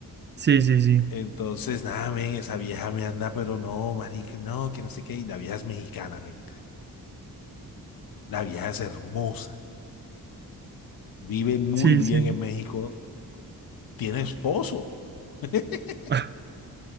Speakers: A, on the right; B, on the left.
A: Sí, sí, sí,
B: Entonces, nada, men, esa vieja me anda, pero no, marica, no, que no sé qué. Y la vieja es mexicana, men. La vieja es hermosa, vive muy
A: sí,
B: bien
A: sí.
B: en México, tiene esposo, <laughs>
A: Ah,